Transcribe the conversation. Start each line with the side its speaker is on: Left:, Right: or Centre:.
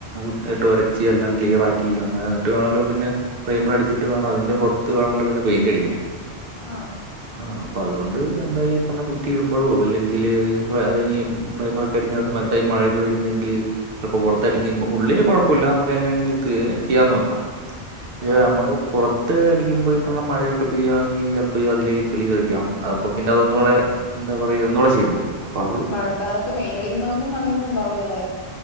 Right: പുട്ടിയിട്ട് വരച്ചു എല്ലാം ക്ലിയർ ആക്കി അങ്ങനെ എന്നിട്ട് വേണല്ലോ പിന്നെ. പ്രൈമർ അടിച്ചിട്ട് വേണം അതിന്റെ പുറത്ത് വേണോലോ പിന്നെ പെയിന്റ് അടിക്കാൻ.
Left: ആഹ്
Right: ആഹ് അപ്പം അതുകൊണ്ട്. എന്താ ഈ പറഞ്ഞു പുട്ടി ഇടുമ്പോഴോ അല്ലെങ്കിൽ അത് കഴിഞ്ഞു പ്രൈമർ ഒക്കെ അടിക്കുന്ന സമയത്ത്. ഇപ്പൊ മഴയൊക്കെ വരുന്നെങ്കിൽ. അപ്പൊ പുറത്തടിക്കുമ്പോ ഉള്ളില് കുഴപ്പമില്ല നമ്മുക്ക് എങ്ങനെങ്കിലും തി ചെയ്യാന് വെക്കാം. ഇത്
Left: ആ
Right: നമ്മള് പുറത്ത്. തട്ട് അടിക്കുമ്പോ ഈ പറഞ്ഞ മഴയൊക്കെ പെയ്യണെങ്കിൽ ചപ്പോ അതിലേക്ക് ചളി കറിക്കാം അം പിന്നെ അതൊന്നൂടെന്ത പറയ ഒന്നൂടെ ചെയ്യേണ്ട വരും അപ്പോൾ അത്
Left: മഴക്കാലത്ത് പെയിന്റ്ടിക്കുന്നവർക്ക പണിയൊന്നും ഉണ്ടാവില്ലല്ലേ